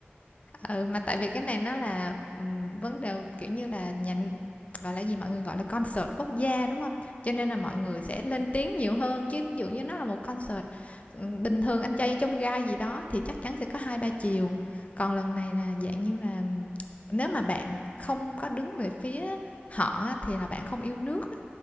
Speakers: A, on the left; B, on the right.
A: Ừ, mà tại vì cái này nó là, ừm, vấn đề, kiểu như là, nhà gọi là gì, mọi người gọi là concert quốc gia, đúng không? Cho nên
B: <laughs> đúng
A: là mọi
B: rồi
A: người sẽ lên tiếng nhiều hơn, chứ ví dụ như nó là một concert, ừm, bình thường anh trai trong gai gì đó thì chắc chắn sẽ có hai ba chiều. Còn lần này là dạng như là, ừm, nếu mà bạn không có đứng về phía họ á thì là bạn không yêu nước á,